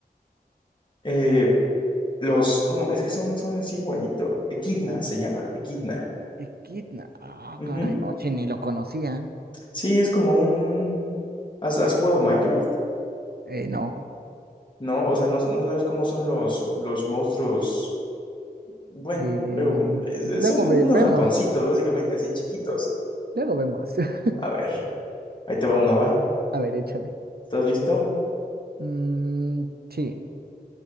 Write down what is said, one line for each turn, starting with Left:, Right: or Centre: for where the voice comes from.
Left: eh, los... ¿cómo? Es que son, son así igualito. Equidna se llama, Equidna.
Right: Equidna. Ah,
Left: Ujú.
Right: caray, no, che, ni lo conocía.
Left: Sí, es como un... ¿Has, has jugado Minecraft?
Right: Eh, no.
Left: No, o sea, no, no sabes cómo son los, los monstruos. Bueno,
Right: Eh,
Left: luego, es-
Right: luego
Left: es- son como
Right: ve-
Left: unos
Right: vemos.
Left: ratoncitos, básicamente, así chiquitos.
Right: Luego vemos. <laughs>
Left: A ver, ahí te va una, va.
Right: A ver, échale.
Left: ¿Estás listo?
Right: Mm, sí.